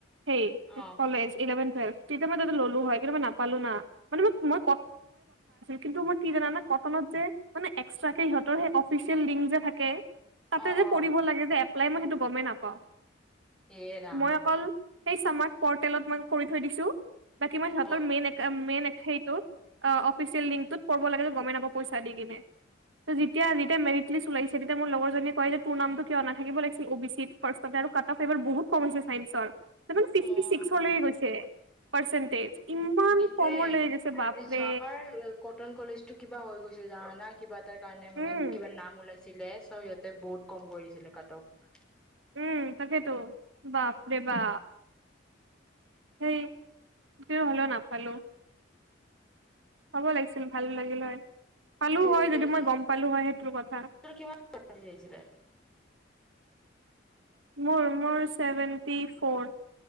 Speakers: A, on the right; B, in the centre.
A: সেই
B: অ',
A: কলেজ ইলেভেন টুৱেলভ কেইটামান যদি ললোঁ হয় কিন্তু মই নাপালো না মানে মোক কিন্তু মোৰ কটনৰ কি হ'ল জানা মানে এক্সটাৰকেথাকে তাতে
B: অ',
A: যে
B: অ',
A: কৰিব লাগে যে নাই মই সেইটো গমেই নাপাওঁ
B: এইৰা
A: মই অকল সেই চামাৰ্ট পৰ্টেলত মই কৈ থৈ দিছোঁ বাকী মই সিহঁতৰ
B: অ',
A: মেইন মেইন সেইটো অ অ অফ হৈছে লিংগটো গমেই নাপাওঁ পইচা দি পিনে যেতিয়া যেতিয়া মেনিফিচ কৰি ওলাইছে যেতিয়া মোৰ লগৰজনিয়ে কয় যে তোৰ নামটো কিয় নাথাকিব লাগিছিল তাতে আৰু কটা ফেভাৰ বহুত কম হৈছে ছাইনচৰ তাৰমানে ফিফটি
B: অ',
A: ছিক্স হৈয়েই গৈছে পাৰ্চেন্টেজ ইমান
B: সেইটোয়ে
A: কমলৈ গৈছে বাপৰে
B: যোৱাবাৰ কটন কলেজতো কিবা হৈ গৈছে যা নন কিবা এটা কাৰণে মানে
A: উম
B: কিবা নাম ওলাই ছিলে চ' সিহঁতে বহুত কম কৰি দিছিলে কাট অফ
A: উম তাকেতো বাপৰে বা সেই ক হলেও নাপালোঁ হ'ব লাগিছিল ভাল লাগিল হয় পালো
B: এইটো
A: হয়
B: এটা
A: যদি
B: বেলেগ
A: মই গম পালো হয় সেইটো কথা
B: কিমান আহিছিলে
A: মোৰ মোৰ ছেভেণ্টি ফৰ